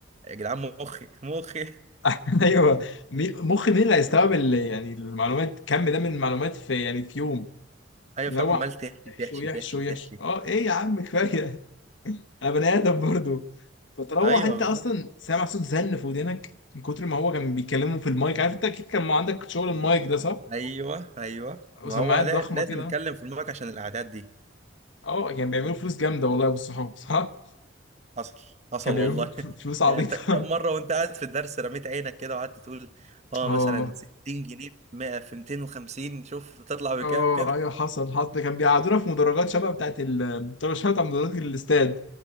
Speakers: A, on the right (about 35°); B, on the left (about 75°).
A: يا جدعان مخي مخي
B: <laughs> أيوه مي- مخي مين اللي هيستوعب ال- يعني المعلومات كم ده من المعلومات في يعني في يوم
A: ايوه
B: اللي
A: فاهم
B: هو
A: عمال
B: عمال
A: تحشي
B: يحشو
A: تحشي
B: يحشو
A: تحشي
B: يحشو
A: تحشي
B: أه إيه يا عم كفاية انا بني ادم برضه فتروح
A: ايوه
B: انت
A: بالظبط
B: اصلا سامع صوت زن في ودنك من كتر ما هو كان بيتكلموا في المايك عارف انت اكيد كان ما عندك شغل المايك ده صح
A: ايوه ايوه
B: وسماعات
A: ما هو لا
B: ضخمه
A: لازم
B: كده
A: اتكلم في المارك عشان الاعداد دي
B: اه كان بيعملوا فلوس جامده والله يا ابو الصحاب صح
A: حصل حصل
B: كان بيعملوا
A: والله <laughs>
B: فلوس عبيطه
A: يعني انت كم
B: <laughs>
A: مره وانت قاعد في الدرس رميت عينك كده وقعدت تقول اه
B: اه
A: مثلا 60 جنيه في 100 في 250 شوف تطلع بكام
B: اه
A: كده
B: ايوه حصل حصل ده كان بيقعدونا في مدرجات شبه بتاعت ال طب شبه بتاع مدرجات الاستاد